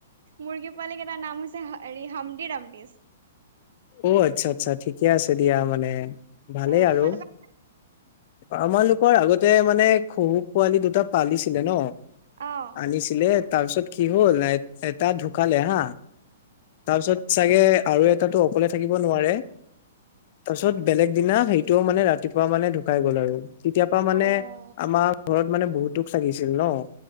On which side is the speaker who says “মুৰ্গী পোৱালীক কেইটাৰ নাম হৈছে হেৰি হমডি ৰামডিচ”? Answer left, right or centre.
Right